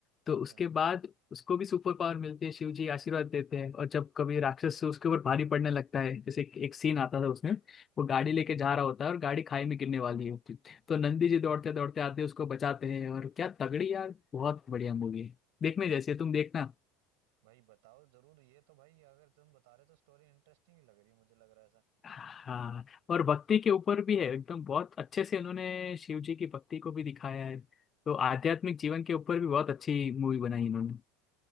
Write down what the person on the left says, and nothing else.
तो उसके बाद उसको भी सुपर पावर मिलती है शिव जी आशीर्वाद देते हैं और जब कभी राक्षस से उसके ऊपर भारी पड़ने लगता है जैसे एक, एक सीन
आता था उसमें वो गाड़ी लेके जा रहा होता है और गाड़ी खाई में गिरने वाली है तो नंदी जी दौड़ते दौड़ते आते हैं, उसको बचाते हैं और क्या तगड़ी यार बहुत बढ़िया मूवी है देखने जैसी है तुम देखना
हाँ और भक्ति के ऊपर भी है एकदम बहुत अच्छे से उन्होंने शिव जी की भक्ति को भी दिखाया है तो आध्यात्मिक जीवन के ऊपर भी बहुत अच्छी मूवी बनाई इन्होंने